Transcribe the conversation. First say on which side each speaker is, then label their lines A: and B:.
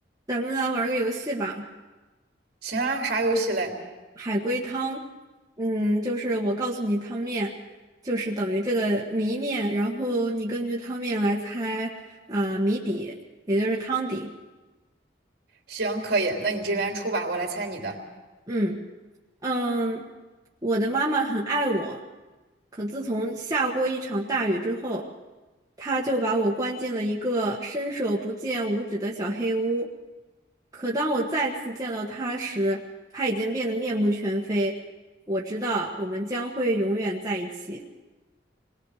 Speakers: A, on the right; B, on the right.
A: 咱们来玩个游戏吧，
B: 行啊，啥游戏嘞？
A: 海龟汤。嗯，就是我告诉你汤面，就是等于这个谜面，然后你根据汤面来猜啊、谜底，也就是汤底。
B: 行，可以，那你这边出吧，我来猜你的。
A: 嗯，嗯，我的妈妈很爱我，可自从下过一场大雨之后，她就把我关进了一个伸手不见五指的小黑屋。可当我再次见到她时，她已经变得面目全非。我知道我们将会永远在一起。